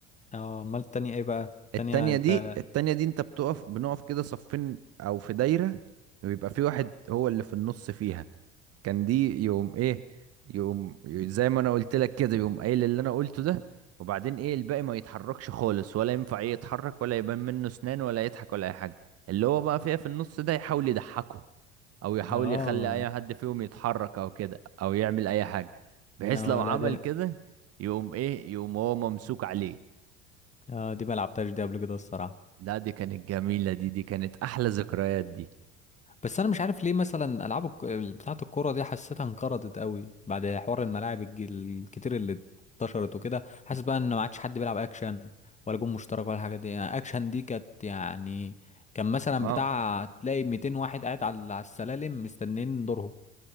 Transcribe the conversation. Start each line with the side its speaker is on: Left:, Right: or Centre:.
Left: اه امال التانية ايه بقى التانية
Right: التانية
Left: انت
Right: دي التانية دي انت بتقف بنقف كده صفين او في دايرة ويبقى في واحد هو اللي في النص فيها كان دي يوم ايه يوم ي- زي ما انا قلت لك كده يوم قايل اللي انا قلته ده وبعدين ايه الباقي ما يتحركش خالص ولا ينفع ايه يتحرك ولا يبان منه اسنان ولا يضحك ولا اي حاجة اللي هو بقى فيها في النص ده يحاول يضحكه او يحاول
Left: اه
Right: يخلي اي حد فيهم يتحرك او كده او يعمل اي حاجة بحيث
Left: اه
Right: لو عمل
Left: لا دي
Right: كده يقوم ايه يقوم هو ممسوك عليه
Left: اه دي ما لعبتهاش دي قبل كده الصراحة
Right: لا دي كانت جميلة دي دي كانت أحلى ذكريات دي
Left: بس انا مش عارف ليه مثلا العاب الك... بتاعة الكورة دي حسيتها انقرضت قوي بعد حوار الملاعب الج- الكتير اللي انتشرت وكده حاسس بقى ان ما عادش حد بيلعب اكشن ولا جون مشترك ولا الحاجات دي يعني اكشن دي كانت يعني كان مثلا
Right: ما
Left: بتاع تلاقي 200 واحد قاعد على على السلالم مستنيين دورهم